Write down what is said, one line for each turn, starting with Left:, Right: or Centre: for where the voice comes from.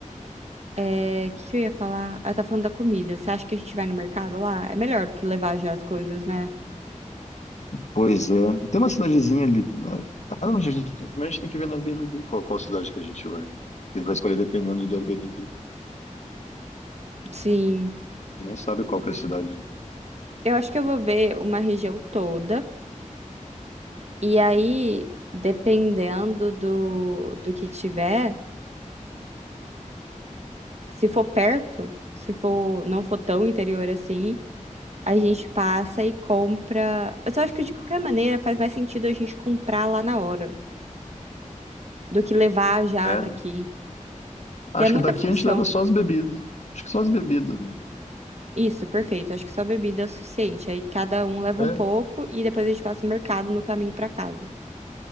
Right: É, o que que eu ia falar? Ah, tá falando da comida. Você acha que a gente vai no mercado lá? É melhor do que levar já as coisas, né?
Left: Pois é. Tem uma cidadezinha ali. né? Ah, não, mas a gente, primeiro a gente tem que ver no Airbnb qual, qual cidade que a gente vai. A gente vai escolher dependendo do Airbnb. A
Right: Sim.
Left: gente nem sabe qual que é a cidade.
Right: Eu acho que eu vou ver uma região toda. E aí, dependendo do, do que tiver, se for perto, se for, não for tão interior assim, a gente passa e compra. Mas eu acho que de qualquer maneira faz mais sentido a gente comprar lá na hora do que levar já
Left: É,
Right: daqui.
Left: né?
Right: Porque
Left: Acho
Right: é muita
Left: que daqui
Right: função.
Left: a gente leva só as bebidas. Acho que só as bebidas. né?
Right: Isso, perfeito. Acho que só bebida é o suficiente. Aí cada um leva
Left: É,
Right: um pouco e depois a gente passa o mercado no caminho pra casa.